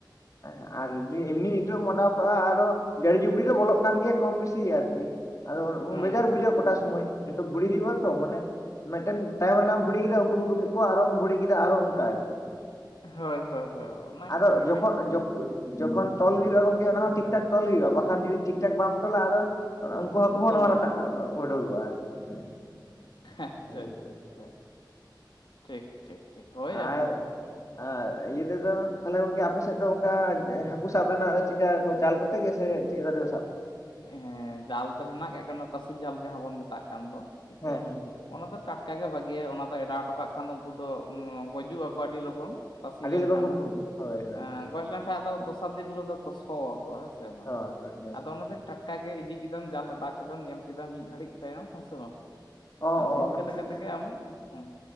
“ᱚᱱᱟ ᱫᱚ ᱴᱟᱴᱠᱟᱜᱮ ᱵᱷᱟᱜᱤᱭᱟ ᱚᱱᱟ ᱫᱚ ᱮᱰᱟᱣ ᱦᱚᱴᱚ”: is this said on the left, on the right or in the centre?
Left